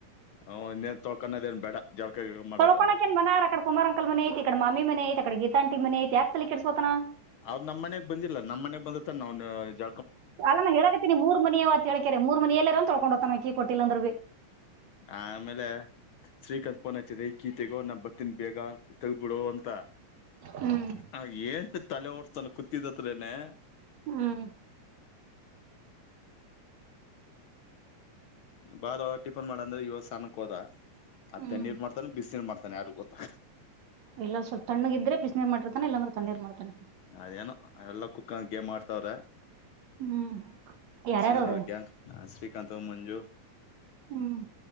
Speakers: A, on the left; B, on the right.
A: ಹ್ ಇನ್ನೇನ್ ತೋಕೊಂಡದೇನ್ ಬೇಡ ಜಳಕ ಗಿಳಕ ಮಾಡೋದು
B: ತೊಳೋಕೋಕಏನ್ ಮನಾರ್ ಅಕಡ ಕುಮಾರ ಅಂಕಲ್ ಮನೆತ್ ಇಕಡೆ ಮಾಮಿ ಮನೈತ್ ಅಡೆ ಗೀತಾಟಿ ಮನೆತ್ ಯಾಕ ತಲಿ ಕೆೇಳಿಸಸೋತನಾ
A: ಅವ್ ನಮ್ಮ ಮನೆಗ್ ಬಂದಿಲ್ಲ ನಮ್ಮ ಮನೆಗ್ ಬಂದತ್ತ ನ್ ಜ
B: ಅಲ್ಲ ನ ಹ ಹೇಳಕತಿನನಿ ಮೂರ್ ಮನಿ ಅವತ್ಕಾರೆ ಮೂರ್ ಮನ ಎಲ್ಲರ ಅನ್ ತಳ್ಕೊಂಡೋಗತ ನವಕ್ಕಿ ಕೊಟ್ಟಿಲ್ಲ ಅಂದ್ರರು ಬಿ
A: ಹ ಆಮೇಲೆ ಶ್ರೀಕಾಂತ್ ಪೋನ ಹಚದ ಕೀತೆಗೋ ನಾ ಬರ್ತಿನ ಬೇಗ ತೆಗಬಿಡು ಅಂತ
B: ಹ್ಮ್
A: ಆ ಏನ್ ತಲೆ ಓಡಿಸ್ತಾನಾ ಕೂತಿದತ್ರೇನೆ
B: ಹ್ಮ್
A: ಬಾರೊ ಟಿಪ್ ಮಾಡ ಅಂದ್ರೆ ಯವ ಸಾನಕ್ಕೆ ಹೋದ ಮತ್ತೆ
B: ಹ್ಮ್
A: ತ್ತನೀರ್ ಮಾಡ್ತಾನ ಬಿಸ ನೀರ್ ಮಾಡ್ತಾನೆ ಯಾರಿಗ್ ಗೊತ್ತಾ
B: ಎಲ್ಲ ಸ್ವಲ್ಪ ತಣ್ಣಗ ಇದ್ರೆ ಬಿಸನಿರ್ ಮಾಡಿತಾನೆ ಇಲ್ಲಂದ್ರೆ ತನ್ನಿರ್ ಮಾಡಿರ್ತಾನೆ
A: ಅದೇನು ಎಲ್ಲ ಕುತ್ಕೊಂಡ್ ಗೇಮ್ ಮಾಡ್ತವ್ರ
B: ಹ್ಮ್ ಯಾರ್ಯಾರ
A: ಸರ್
B: ಅವ್ರೆ
A: ಅವ್ರ ಗ್ಯಾಂಗ ಹ ಶ್ರೀಕಾತ್ ಮಂಜು
B: ಹ್ಮ್